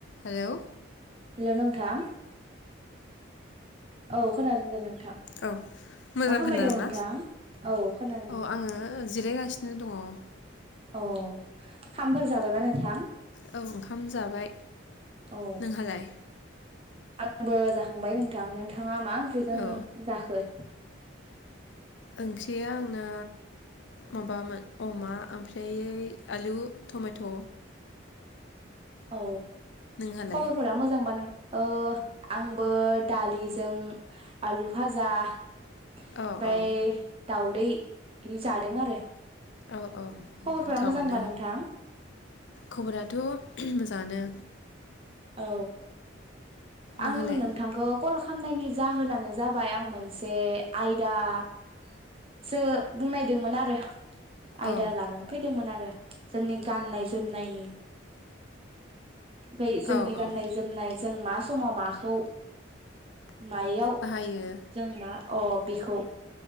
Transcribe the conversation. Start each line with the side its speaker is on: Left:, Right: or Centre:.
Left: हेल
Right: हेल नोंथां औ खोनादोंदे नोंथ नोंथां
Left: औ मोजां
Right: मा खामबाय
Left: खोनादोंना?
Right: दं नोंथां? औ खोनादों
Left: औ
Right: दे।
Left: आङो <unintelligible> दङ
Right: औ। खामफोर जाबायबा नोंथां?
Left: औ ओंखाम जाबाय।
Right: औ।
Left: नोंहालाय?
Right: आंबो जाखांबाय नोंथां। नोंथाङा मा ओंख्रिजों
Left: औ
Right: जाखो?
Left: ओंख्रिया आं आंना माबामोन अमा आमफ्राय आलु टमेट
Right: औ
Left: नोंहालाय?
Right: खबरफोरा मोजांबा नों आंबो दालिजों आलु भाजा आमफ्राय
Left: औ औ
Right: दाउ ऐ इदि जादों आरो।
Left: औ औ
Right: खबरफोरा
Left: गोथावानो
Right: मोजांबा नोंथां
Left: खबराथ सानो।
Right: औ
Left: नोंहालाय?
Right: आं नोंथांखौ कल खामनायनि जाहोनानो जाबाय आं मोनसे आयदासो बुंनायदोंमोन आरो आयदा
Left: औ
Right: लानानै फैदोंमोन आरो जोंनि गाननाय जोमनायनि फाय जोंनि
Left: औ
Right: गाननाय
Left: औ
Right: जोमनाय जों मास समाव माखौ मायाव
Left: बाहायो
Right: जों मा अ बिखौ